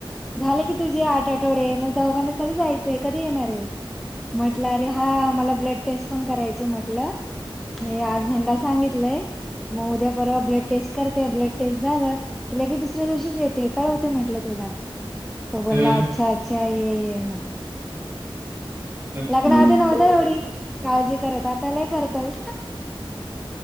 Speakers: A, in the centre; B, on the right.
A: झालं की तुझे आठ आठवडे मग दवाखान्यात कधी जायचंय कधी येणार आहेस म्हटलं अरे हा मला ब्लड टेस्ट पण करायची आहे म्हटलं मी आज यांना सांगितलंय मग उद्या परवा ब्लड टेस्ट करते ब्लड टेस्ट झा की लगेच दुसऱ्या दिवशीच येते कळवते म्हटलं तुला तो बोला
B: हम्म
A: अच्छा अच्छा काय ये ये मग
B: हम्म
A: लग्नाआधी
B: हम्म
A: नव्हत
B: बरोबर
A: एवढी काळजी करत आता लय करतोय.